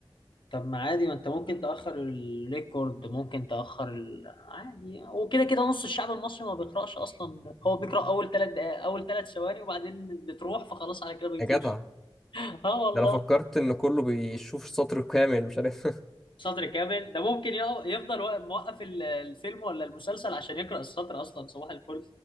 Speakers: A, on the left; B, in the centre.
A: طب ما عادي ما انت ممكن تأخر الريكورد ممكن تأخر ال... عادي وكده كده نص الشعب المصري ما بيقرأش أصلا هو بيقرأ أول ثلاث دقائق أول ثلاث ثواني وبعدين بتروح فخلاص على كده بيطير
B: يا جدع
A: <laughs> اه والله
B: ده انا فكرت ان كله بيشوف سطر كامل مش عارف <laughs>
A: سطر كامل ده ممكن يق- يفضل واقف- موقف ال- الفيلم ولا المسلسل عشان يقرأ السطر أصلا صباح الفل